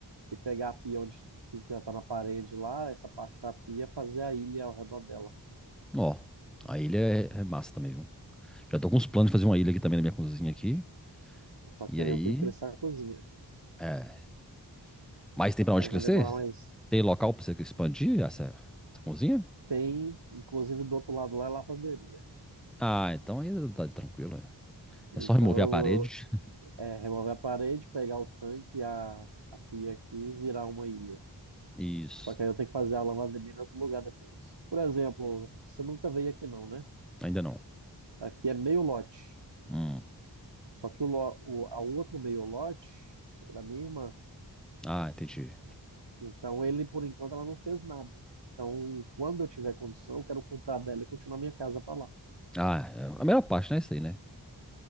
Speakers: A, on the right; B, in the centre.
A: e pegar a pia onde que já tá na parede lá, essa parte da pia, fazer a ilha ao redor dela.
B: Ó, a ilha é, é massa também, viu? Já tô com uns planos de fazer uma ilha aqui também na minha cozinha aqui.
A: Só que
B: E aí,
A: aí eu tenho que crescer a cozinha.
B: é, mas tem pra onde
A: Aí vai
B: crescer?
A: demorar mais.
B: Tem local pra você expandir essa, essa cozinha?
A: Tem, inclusive do outro lado lá é lavanderia.
B: Ah, então aí tá tá tranquilo. É,
A: Então,
B: É só remover a parede.
A: é remover a parede, pegar o tanque, e a, a pia aqui e virar uma ilha.
B: <laughs> Isso.
A: Só que aí eu tenho que fazer a lavanderia em outro lugar depois. Por exemplo, você nunca veio aqui não, né?
B: Ainda não.
A: Aqui é meio lote.
B: Hum.
A: Só que o, lo- o, a outro meio lote é da minha irmã.
B: Ah, entendi.
A: Então ele, por enquanto, ela não fez nada. Então, quando eu tiver condição, eu quero comprar dela e continuar minha casa para lá.
B: Ah, é a melhor parte, né? Isso aí, né?